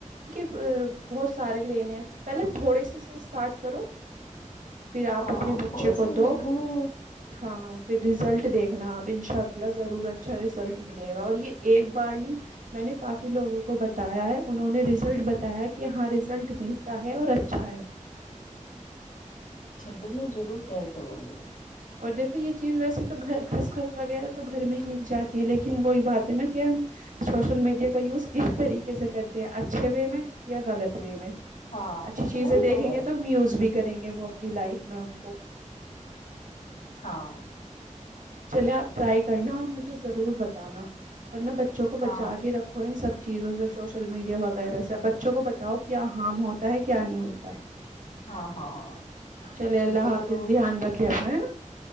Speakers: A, on the right; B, on the left.
A: ا بہت سارے لینے ہیں تو پہلے تھوڑے سے سے اسٹارٹ کرو پھر آپ
B: ہاں
A: اپنے بچے
B: تھوڑا
A: کو
B: سا ہی
A: دو
B: لے لوں گی
A: ہاں پھر ریزلٹ دیکھنا آپ ان شاء اللہ ضرور اچھا رزلٹ ملے گا اور یہ ایک بار نہیں میں نے کافی لوگوں کو بتایا ہے انہوں نے ریزلٹ بتایا کہ ہاں ریزلٹ مل ہے اور اچھا ہے
B: ٹھیک ہے میں ضرور ٹرائی کروں گی
A: اور دیکھو یہ چیز ویسے تو گھر گھسخس وغیرہ تو گھر میں ہی مل جاتی ہے لیکن وہی بات ہے نا کہ ہم سوشل میڈیا کا یوز کس طریقے سے کرتے ہیں اچھے وے میں یا غلط وے میں
B: ہاں
A: اچھی چیزیں
B: وہی
A: دیکھیں
B: ہے
A: گے تو میوز بھی کریں گے وہ اپنی لائف میں ان کو
B: ہاں
A: چلے آپ ٹرائی کرنا اور مجھے ضرور بتانا اورورن بچوں کو بچا
B: ہاں
A: کے رکھو ان سب چیزوں سے سوشل میڈیا وغیرہ سے اب بچوں کو بتاؤ کیا ہارم ہوتا ہے کیا نہیں ہوتا ہے
B: ہاں ہاں
A: چلے
B: ٹھیک
A: اللہ
B: ہے
A: حافظ
B: چلو
A: دھیان رکھے ہے نا <unintelligible>